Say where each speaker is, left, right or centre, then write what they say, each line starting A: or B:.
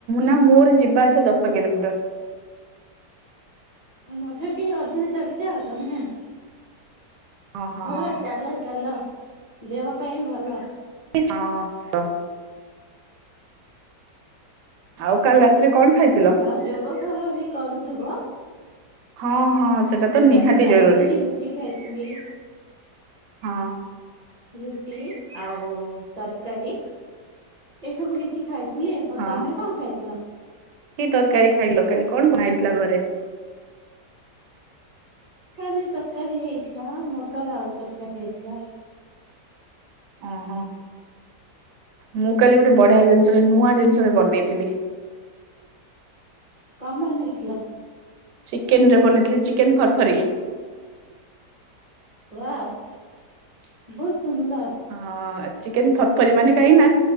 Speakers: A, on the right (about 80°); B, on the right (about 45°).
A: ନା ମୋର ଯିବା ଆସିବା ଦଶ କିଲୋମିଟର।
B: ମୋ ଠାରୁ ଟିକେ ଅଧିକା ଚାଲିଛ ଆଉ ତମେ।
A: ଓହୋ
B: ଭଲ
A: ହଁ
B: ଚାଲ ଚାଲ ଦେହ ପାଇଁ ଭଲ।
A: ହଁ ତ। ଆଉ କାଲି ରାତିରେ କଣ ଖାଇଥିଲ?
B: ଆଉ ଯୋଗ ଫୋଗ ବି କରୁଥିବ।
A: ହଁ ହଁ ସେଟା ତ ନିହାତି
B: କାଲି ଖାଇଥିଲି
A: ଜରୁରୀ।
B: ରୁଟି ଖାଇଥିଲି।
A: ହଁ
B: ରୁଟି ଆଉ ତରକାରୀ। ଏସବୁ କିଛି ଖାଇଥିଲି। ଆଉ
A: ହଁ
B: ତମେ କଣ ଖାଇଥିଲ?
A: କି ତରକାରୀ ଖାଇଲ କାଲି? କଣ ବନା ହେଇଥିଲା ଘରେ?
B: କାଲି ତରକାରୀ ହେଇଥିଲା। ମଟର ଆଳୁ ତରକାରୀ ହେଇଥିଲା।
A: ହଁ ହଁ ମୁଁ କାଲି ଗୋଟେ ବଢିଆ ଜିନିଷରେ ନୂଆ ଜିନିଷରେ ବନେଇଥିଲି।
B: କଣ ବନେଇଥିଲ?
A: ଚିକେନରେ ବନେଇଥିଲି ଚିକେନ ଫରଫରି।
B: ୱାଆ ବହୁତ ସୁନ୍ଦର।
A: ହଁ ଚିକେନ ଫରଫରି ମାନେ କାହିଁକି ନା